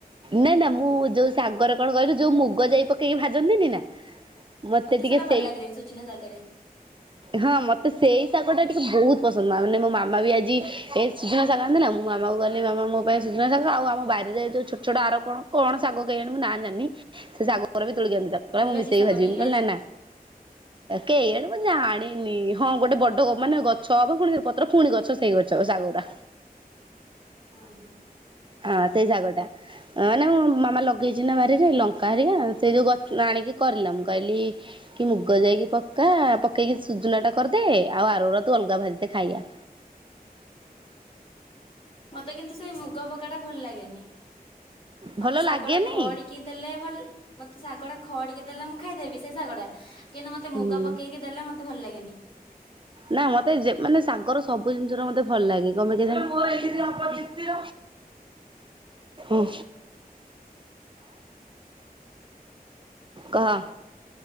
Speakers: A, on the right (about 30°); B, on the left (about 35°).
A: ନା ନା ମୁଁ ଯୋଉ ସାଗ ରେ କଣ କହିଲୁ ଯୋଉ ମୁଗ ଯାଇ ପକେଇକି ଭାଜନ୍ତିନି ନା ମତେ ଟିକେ
B: ସେଇଟା ଭଲ
A: ସେଇ
B: ଲାଗେନି ସୁଜୁନା ଶାଗରେ
A: ହଁ ମତେ ସେଇ ଶାଗ ଟା ଟିକେ ବହୁତ ପସନ୍ଦ ମା ମାନେ ମୋ ମାମା ବି ଆଜି ଏ ସଜନା ଶାଗ ଆଣିଥିଲା ମୁଁ ମାମା କହିଲି ମାମା ମୋ ପାଇଁ ସଜନା ଶାଗ ଆଉ ଆମ ବାରିରେ ଯୋଉ ଛୋ ଯୋଉଟା ଆରକ କଣ ଶାଗ କେଜାଣି ମୁଁ ନାଁ ଜାଣିନି ସେ ଶାଗ ଗୁରା ବି ତୋଳି କି ଆଣିଥିଲା। କହିଲା
B: ନିଲଜି
A: ମୁଁ ମିସେଇକି
B: ଶାଗ
A: ଭାଜିବି
B: ନିଲଜି
A: ମୁଁ କହିଲି ନା ନା କେହିଆଡେ ମୁଁ ଜାଣିନି ହଁ ଗୋଟେ ବଡ଼ ମାନେ ଗଛ ହବ ଫୁଣି ପତ୍ର ଫୁଣି ଗଛ ସେଇ ଗଛ ସାଗ ଗୁରା
B: ହଁ ହଁ
A: ହଁ ସେଇ ସାଗ ଟା,। ହଁ ନା ମୁଁ ମାମା ଲଗେଇଚି ନା ବାରିରେ ଲଙ୍କା ହେରିକା ସେଇ ଯେଉଁ ଗଛ ଆଣିକି କରିଲା ମୁଁ କହିଲି କି ମୁଗ ଯାଇକି ପକା ପକେଇକି ସୁଜୁନା ଟା କରିଦେ ଆଉ ଆର ଗୁରା ତୁ ଅଲଗା ଭାଜି ଦେ ଖାଇବା।
B: ମୋତେ କିନ୍ତୁ ସେଇ ମୁଗ ପକାଟା ଭଲ ଲାଗେନି ମତେ
A: ଭଲ
B: ଶାଗ
A: ଲାଗେନି
B: ଟା ଖଡ଼ିକି ଦେଲେ ଭଲ-ମୋତେ ସାଗ ଟା ଖଡିକି ଦେଲେ ମୁଁ ଖାଇଦେବି ସେ ଶାଗଟା କିନ୍ତୁ ମୋତେ
A: ହୁଁ
B: ମୁଗ ପ ପକେଇକି ଦେଲେ ମୋତେ ଭଲ ଲାଗେନି।
A: ନା ମତେ ଯେ-ମାନେ ଶାଗର ସବୁ ଜିନିଷ ର ମତେ ଭଲ ଲାଗେ କଣ ପାଇଁ କେଜାଣି ଆଁ। କହ?